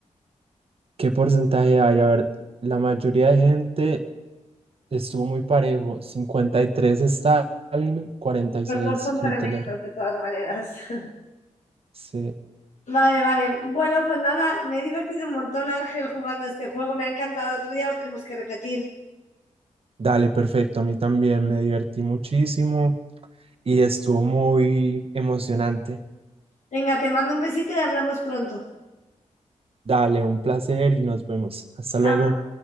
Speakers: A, on the right (about 50°); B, on the left (about 70°).
A: ¿Qué porcentaje hay? A ver, la mayoría de gente estuvo muy parejo, 53 Stalin, cuarenta y
B: Los
A: seis
B: dos son tremendos,
A: Hitler.
B: de todas maneras. <laughs>
A: Sí.
B: Vale, vale. Bueno, pues nada, me he divertido un montón, Ángel, jugando a este juego. Me ha encantado. Otro día lo tenemos que repetir.
A: Dale, perfecto. A mí también me divertí muchísimo y estuvo muy emocionante.
B: Venga, te mando un besito y hablamos pronto.
A: Dale, un placer y nos vemos. Hasta luego.
B: Chao.